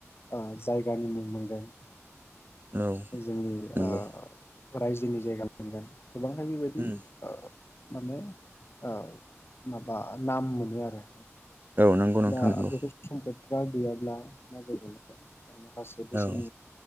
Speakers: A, on the left (about 50°); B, on the right (about 40°).
A: ओ जायगानि मुं मोनगोन
B: औ
A: जोंनि
B: नंगौ
A: ओ रायजोनि जायगा मोनगोन गोबांहाय बेबायदि
B: उम
A: ओ माने ओ माबा नाम मोनो आरो
B: औ नंगौ नोंथां
A: दा
B: नंगौ
A: बेफोर सम्फद फ्रा गैयाब्ला मा जागोन माखासे बेसेन
B: औ